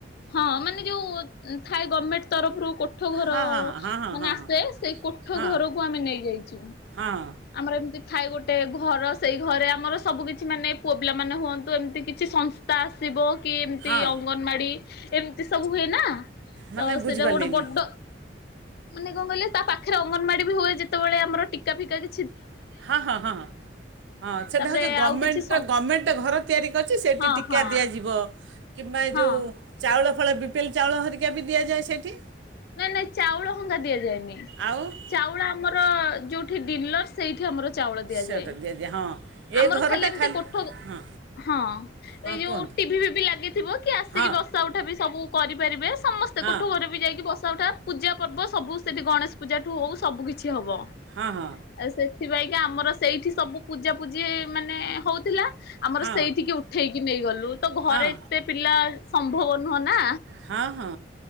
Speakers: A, on the left; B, on the right.
A: ହଁ ମାନେ ଯୋଉ ଥାଏ ଗଭର୍ଣ୍ମେଣ୍ଟ୍ ତରଫରୁ କୋଠ କୋଠ ଘର
B: ହଁ ହଁ ହଁ ହଁ
A: ମାନେ
B: ହଁ
A: ଆସେ
B: ହଁ
A: ସେଇ କୋଠ
B: ହଁ
A: ଘରକୁ ଆମେ ନେଇଯାଇଛୁ
B: ହଁ
A: ଆମର ଏମିତି ଥାଏ ଗୋଟେ ଘର ସେଇ ଘରେ ଆମର ସବୁକିଛି ମାନେ ପୁଅ ପିଲା ମାନେ ହୁଅନ୍ତୁ ଏମିତି କିଛି ସଂସ୍ଥା ଆସିବ କି ଏମିତି
B: ହଁ
A: ଅଙ୍ଗନବାଡ଼ି ଏମିତି ସବୁ ହୁଏ ନା।
B: ମାନେ
A: ତ
B: ବୁଝିପାରିଲିନି
A: ସେଇଟା ଗୋଟେ ବଡ ମାନେ କଣ କହିଲେ ତା ପାଖରେ ଅଙ୍ଗନବାଡି ବି ହୁଏ ଯେତେବେଳେ ଆମର ଟିକା ଫିକା କି?
B: ହଁ ହଁ ହଁ ହଁ ହଁ ସେଇଟା
A: ତାପରେ
B: ହଉଛି ଗମେଣ୍ଟ
A: ଆଉ କିଛି ସଂ
B: ଗମେଣ୍ଟ ଘର ତିଆରି କରିଛି ସେଇଠି
A: ହଁ
B: ଟୀକା
A: ହଁ
B: ଦିଆଯିବ। କିମ୍ବା ଏ
A: ହଁ।
B: ଯୋଉ ଚାଉଳ ଫଳ ବିପିଏଲ ଚାଉଳର ହେରିକା କେବି ଦିଆଯାଏ ସେଠି?
A: ନାଇଁ ନାଇଁ ଚାଉଳ ହଙ୍କା ଦିଆଯାଏନି,
B: ଆଉ
A: ଚାଉଳ ଆମର ର-ଯୋଉଠି ଡିିଲର ସେଇଠି ଆମର ଚାଉଳ ଦିଆଯାଏ,
B: ସେଟା ହଁ ଏ
A: ଆମର
B: ଘରଟା
A: ଖାଲି ଏମିତି କୋଠକ
B: ହଁ
A: ହଁ
B: ହଁ
A: ଏଇ ଯୋଉ
B: କୁହନ୍ତୁ
A: ଟିଭି ଫିଭି ଲାଗିଥିବ କି ଆସିକି
B: ହଁ
A: ବସା ଉଠା ଵି ସବୁ କରି ପାରିବେ ସ ସମସ୍ତେ
B: ହଁ
A: କୋଠ ଘରେ ବି ଯାଇକି ବସ ସ ଉଠା ପୂଜା ପର୍ବ ସବୁ ସେଠି ଗଣେଶ ପୂଜା ଠୁ ହଉ ସବୁ କିଛି ସିଏ ହବ ଏ
B: ହଁ ହଁ
A: ସେ ସେଥିପାଇଁ କା ଆମର ସେଇଠି ସବୁ ପୂଜା ପୂଜି ମାନେ ହଉଥିଲା। ଆମର
B: ହଁ
A: ସେଇଠିକି ଉଠେଇକି ନେଇଗଲୁ ତ ଘରେ
B: ହଁ
A: ଏତେ ପିଲା ସମ୍ଭବ ନୁହଁ ନା।
B: ହଁ ହଁ।